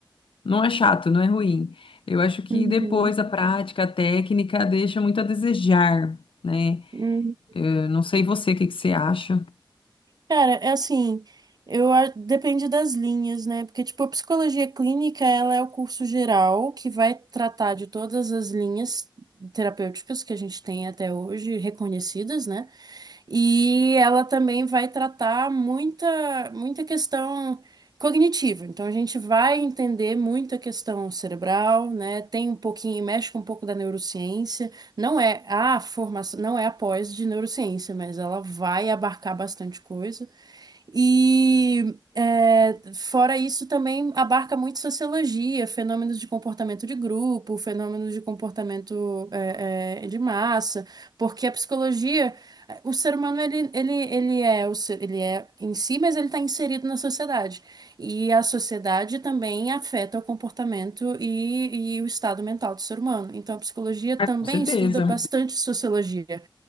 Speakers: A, on the left; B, on the right.
A: não é chato, não é ruim. Eu acho que
B: Uhum.
A: depois a prática, a técnica deixa muito a desejar, né?
B: Uhum.
A: Eu não sei você, o que que você acha?
B: Cara, é assim, eu a- depende das linhas, né? Porque, tipo, a psicologia clínica, ela é o curso geral que vai tratar de todas as linhas terapêuticas que a gente tem até hoje reconhecidas, né? E ela também vai tratar muita, muita questão cognitiva. Então, a gente vai entender muita questão cerebral, né? Tem um pouquinho, mexe com um pouco da neurociência. Não é a formação, não é a pós de neurociência, mas ela vai abarcar bastante coisa. E é, fora isso também abarca muito sociologia, fenômenos de comportamento de grupo, fenômenos de comportamento é, é, de massa, porque a psicologia, é, o ser humano ele, ele, ele é o ser- ele é em si, mas ele está inserido na sociedade. E a sociedade também afeta o comportamento e, e o estado mental do ser humano. Então a psicologia também
A: Com certeza.
B: estuda bastante sociologia.